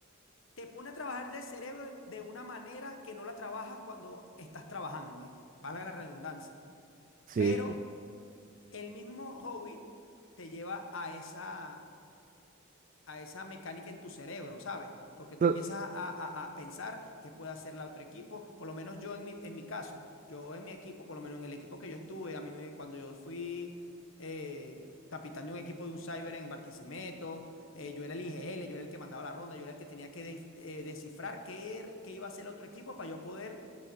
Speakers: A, on the left (about 65°); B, on the right (about 40°).
A: te pone a trabajar del cerebro en- de una manera que no la trabajas cuando estás trabajando, me, valga la redundancia.
B: Sí,
A: Pero
B: sí.
A: el mismo Hobbit te lleva a esa, a esa mecánica en tu cerebro, ¿sabes? Porque
B: Tú-
A: tú empiezas a, a- a pensar qué puede hacer la otro equipo. Por lo menos yo en mi, en mi caso, yo en mi equipo, por lo menos en el equipo que yo estuve, a mí me- cuando yo fui eh, capitán de un equipo de un cyber en Barquisimeto, eh, yo era el IGL, yo era el que mandaba la ronda, yo era el que tenía que de- eh, descifrar qué, er- qué iba a hacer el otro equipo para yo poder